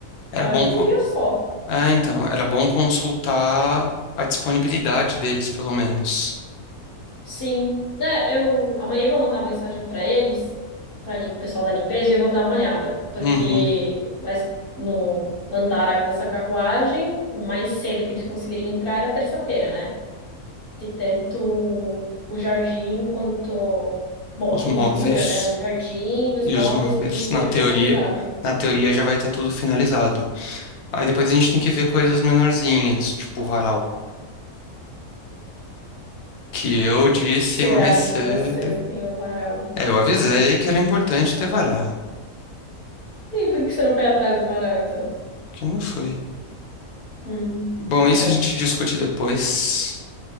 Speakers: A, on the left; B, on the left.
A: Era
B: Eu
A: bom
B: acho que
A: co-
B: um dia só.
A: Ah, então, era bom consultar a disponibilidade deles, pelo menos.
B: Sim. Né, eu amanhã eu vou mandar uma mensagem pra eles, para o pessoal da limpeza, e eu vou dar uma olhada, porque
A: Uhum.
B: mas no andar aqui dessa carruagem, o mais cedo que eles conseguiriam entrar era terça-feira, né? De tanto o jardim quanto, bom,
A: Os
B: a pintura,
A: móveis
B: né, o jardim, os
A: e
B: móveis,
A: os móveis,
B: tudo esteja
A: na teoria,
B: finalizado.
A: na teoria já vai estar tudo finalizado. Aí depois a gente tem que ver coisas menorzinhas, tipo o varal, que eu disse
B: Será
A: mais cedo.
B: de você sem o varal,
A: É, eu avisei
B: né?
A: que era importante ter varal,
B: E por que você não foi atrás do varal, então?
A: que não foi.
B: Hum,
A: Bom,
B: tá
A: isso
B: bom.
A: a gente discute depois.